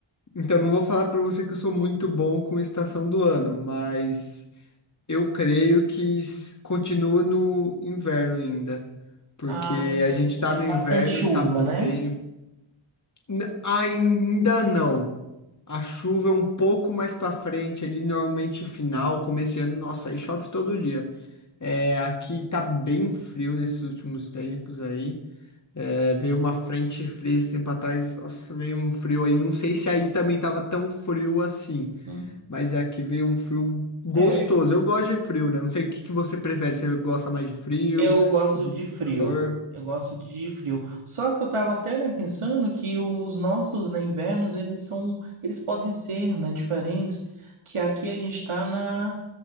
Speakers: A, on the left (about 35°); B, on the right (about 80°).
A: então não vou falar para você que eu sou muito bom com estação do ano, mas Eu creio que s- continua no inverno ainda, porque
B: Ah, então
A: a gente tá
B: tem
A: no inverno
B: bastante chuva,
A: e tá bem.
B: né?
A: N- Ainda não. A chuva é um pouco mais pra frente, ali normalmente final, começo de ano, nossa, aí chove todo dia. É, aqui tá bem frio nesses últimos tempos aí. É, veio uma frente fria esse tempo atrás, nossa, veio um frio aí. Não sei se aí também tava tão frio assim.
B: Hum.
A: Mas é aqui veio um frio gostoso.
B: É,
A: Eu gosto de frio, né? Não sei o que que você prefere. Você gosta mais de frio,
B: eu gosto
A: de
B: de frio.
A: calor?
B: Eu gosto de frio. Só que eu tava até, né, pensando que os nossos, né, invernos, eles são, eles podem ser, né, diferentes, que aqui a gente tá na